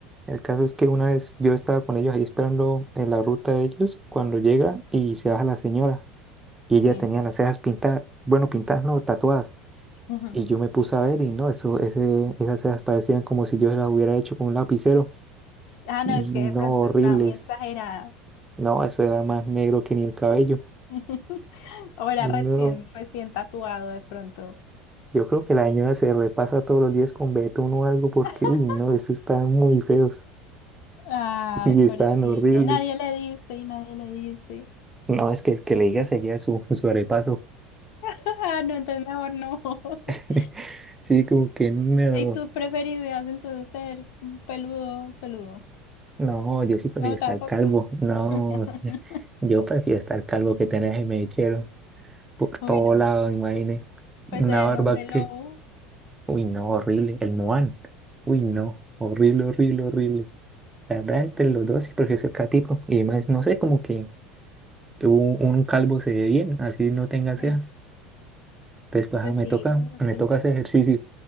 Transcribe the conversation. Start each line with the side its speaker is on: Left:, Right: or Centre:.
Right: El caso es que una vez yo estaba con ellos ahí esperando en la ruta de ellos, cuando llega y se baja la señora y ella
Left: Sí.
Right: tenía las cejas pintadas, bueno, pintadas no, tatuadas.
Left: ujú.
Right: Y yo me puse a ver y no, eso, ese, esas cejas parecían como si yo las hubiera hecho con un lapicero.
Left: Ah, no,
Right: Y
Left: es que
Right: no,
Left: de pronto
Right: horribles.
Left: estaba muy exagerada.
Right: No, eso era más negro que ni el cabello.
Left: <laughs> O era
Right: Y
Left: recién,
Right: no,
Left: recién tatuado de pronto.
Right: yo creo que la señora se repasa todos los días con betún o algo porque,
Left: <laughs>
Right: uy, no, eso estaban muy feos
Left: Ay,
Right: <laughs> y
Left: pobrecilla.
Right: estaban horribles.
Left: Y nadie le dice, y nadie le dice.
Right: No, es que el que le diga seguía su, su arepaso.
Left: Ah, no, entonces mejor no. <laughs>
Right: <laughs> Sí, como que no,
Left: ¿Y tú preferirías entonces ser peludo, peludo?
Right: no, yo sí prefiero
Left: No,
Right: estar
Left: tampoco.
Right: calvo. No,
Left: <laughs>
Right: yo prefiero estar calvo que tener mechero. por todo
Left: Uy, no.
Right: lado, imagínate.
Left: Pues
Right: Una
Left: el
Right: barba
Left: hombre
Right: que,
Left: lobo.
Right: uy, no, horrible. El Moan, uy, no, horrible, horrible, horrible. La verdad, entre los dos sí prefiero ser catito. Y además, no sé, como que un, un calvo se ve bien, así no tenga
Left: Ujú.
Right: cejas. Entonces, pues,
Left: Pues
Right: ah, me
Left: sí,
Right: toca,
Left: de
Right: me
Left: pronto.
Right: toca hacer ejercicio.